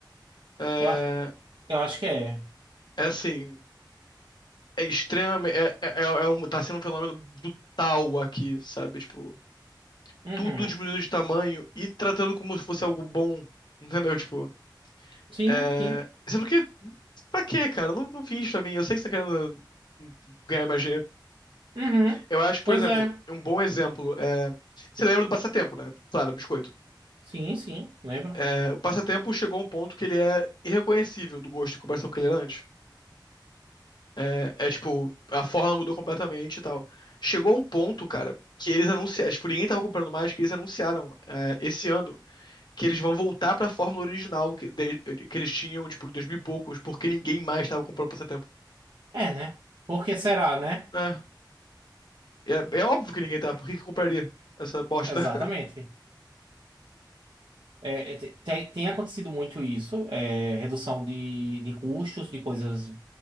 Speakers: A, on the left; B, on the right.
A: É,
B: Eu, eu acho que é.
A: é assim. é extremo, é, é, é é um, tá sendo um fenômeno brutal aqui, sabe? Tipo,
B: Uhum.
A: tudo diminuindo de tamanho e tratando como se fosse algo bom, <laughs> entendeu? Tipo,
B: Sim,
A: é...
B: sim.
A: Sendo que, pra quê, cara? Não, não fiz isso pra mim, eu sei que você tá querendo ganhar mais dinheiro.
B: Uhum.
A: Eu acho que,
B: Pois
A: por exemplo,
B: é.
A: um bom exemplo é... Você lembra do Passatempo, né? Claro, biscoito.
B: Sim, sim, lembro.
A: É, o Passatempo chegou a um ponto que ele é irreconhecível do gosto em comparação com o que ele era antes. É, é, tipo, a forma mudou completamente e tal. Chegou um ponto, cara, que eles anunciaram, tipo, ninguém tava comprando mais, que eles anunciaram é, esse ano que eles vão voltar pra fórmula original que, de- que eles tinham, tipo, em 2000 e poucos, porque ninguém mais tava comprando por esse tempo.
B: É, né? Por que será, né?
A: É, é, é óbvio que ninguém tá, por que que compraria essa bosta?
B: Exatamente.
A: <laughs>
B: É, é, te- tem, tem acontecido muito isso, é, redução de, de custos, de coisas